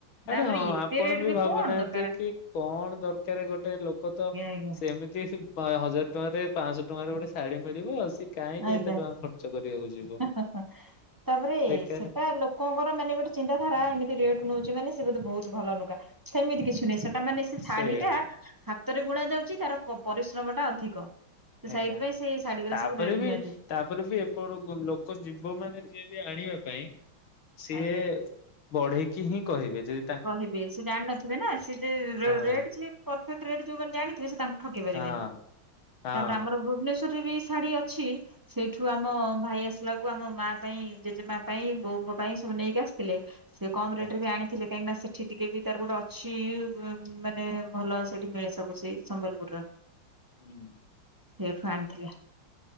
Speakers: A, on the left; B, on the right.
A: ଆରେ
B: ତାପରେ
A: ହଁ
B: ଏତେ
A: ଆପଣ
B: ରେଟ୍ ବି
A: ଭାବୁନାହାନ୍ତି
B: କଣ ଦରକାରେ।
A: କି କଣ ଦରକାରେ ଗୋଟେ ଲୋକ ତ
B: ଆଜ୍ଞା ଆଜ୍ଞା
A: ସେମିତ ଯେ ସେଇ ପାଁ ହଜାର ଟଙ୍କାରେ ପାଂଶ ଟଙ୍କାରେ ଗୋଟେ ଶାଢୀ ମିଳିବ ସିଏ କାହିଁକି
B: ଆଜ୍ଞା
A: ଏତେ ଟଙ୍କା ଖର୍ଚ୍ଚ କରିବାକୁ ଯିବ।
B: ହା ହା ହା ତାପରେ
A: ବେକାର
B: ସେଟା ଲୋ କଣଙ୍କର ମାନେ ଗୋଟେ ଚିନ୍ତାାରା ଏମିତି ରେଟ ନୋଉଚି ମାନ ସେ ବୋଧେ ବୋହୁତ ଭଲ ଲୁଗା ସେମିତି କିଛି ନୁହେଁ ସେଟା ମାନେ ସ୍ ସେ ଶାଢୀଟା
A: ସେଇଆ
B: ହାତରେ ବୁଣାଯାଉଚି ତାର ପ-ପରିଶ୍ରମଟା ଅଧିକ। ତ
A: ଆଜ୍ଞା
B: ସେଇଥିପାଇଁ ସେ ଶାଢୀ ଗୁରା
A: ତାପରେ
B: ସବୁ ରେଟ୍
A: ବି
B: ନିଅନ୍ତି
A: ତାପରେ ବି ଏପଟକୁ ଲୋକ ଜୀବ ମାନେ ଯିଏ ବି ଆଣିବା ପାଇଁ ସିଏ
B: ଆଜ୍ଞା।
A: ବଢେଇ କି ହିଁ କହିବେ ଯେ
B: କହିବେ ସିଏ ଜାଣିନଥିବେ ନା ଯେ ଯୋଉ
A: ହଁ ହଁ
B: ରେଟ୍ ଯିଏ ପରଫେକ୍ଟ ରେଟ୍ ଯୋଉମାନେ ଜାଣିଥିବେ ସେ ତାଙ୍କୁ ଠକି ପାରିବେନି
A: ହଁ ଆଜ୍ଞା
B: ତାପରେ ଆମର ଭୁବେନେଶ୍ୱରରେ ବି ଶାଢୀ ଅଛି ସେଇଠୁ ଆମ ଭାଇ ଆସିଲା କୁ ଆମ ମାଆ ପାଇଁ ଜେଜେମା ପାଇଁ ବୋଉଙ୍କ ପାଇଁ ସବୁ ନେଇକି ଆସିଥିଲେ ସେ କମ
A: ଆଜ୍ଞା
B: ରେଟରେ ବି ଆଣି କାହିଁକିନା ସେଠି ଟିକେ ବି ତାର ଗୋଟେ ଅଛି ଉଁ ମାନେ ଭଲ ସେଠି ମିଳେ ସବୁ ସେଇ ସମ୍ବଲପୁରର
A: ହୁଁ
B: ସେଇଠୁ ଆଣିଥିଲେ।